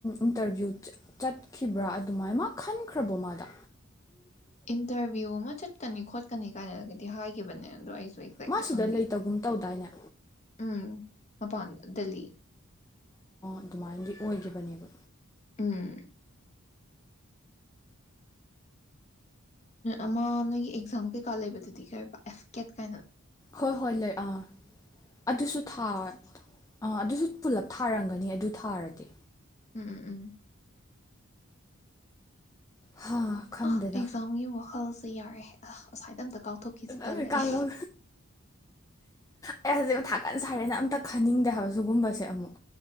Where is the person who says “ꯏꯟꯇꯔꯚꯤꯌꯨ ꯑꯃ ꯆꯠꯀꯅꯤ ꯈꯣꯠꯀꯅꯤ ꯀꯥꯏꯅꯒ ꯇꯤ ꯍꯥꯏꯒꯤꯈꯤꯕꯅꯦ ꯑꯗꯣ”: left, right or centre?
Left